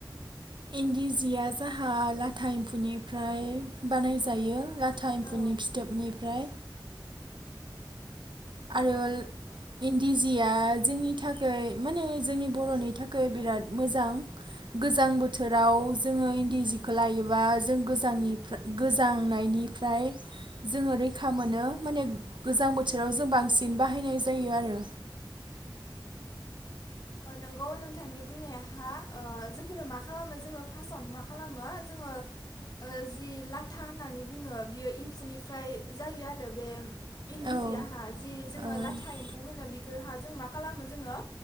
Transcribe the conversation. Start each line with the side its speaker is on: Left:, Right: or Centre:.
Right: इन्दि जिया जाहा लाथा एम्फौनिफ्राय बानायजायो ला थााइम्फुनि
Left: औ
Right: फिथोबनिफ्राय आरो
Left: औ
Right: इन इन्दि जिया जोंनि थाखै माने जोंनि बर'नि थाखै बिराद मोजां गोजां बोथोराव जोङो इन्दि जिखौ लायोबा जों गोजांनिफ्राय गोजांनायनिफ्राय जोङो रैखा मोनो माने गोजां बोथोराव जों जों बांसिन बाहायनाय जायो आरो।
Left: नोंगौ नोंथांनि बुंनायाहा ओ जोंफोरो मा खालामो जोङो फार्स्टआवनो मा खालामो जोङो ओ जि लाथा होननानै बुङो बियो एम्फौनिफ्राय जायो आरो बे इन्दि
Right: औ
Left: जि आंहा जि जोङो
Right: औ
Left: लाथा एम्फौ होनो बिखौ हा जों मा खालामो जोङो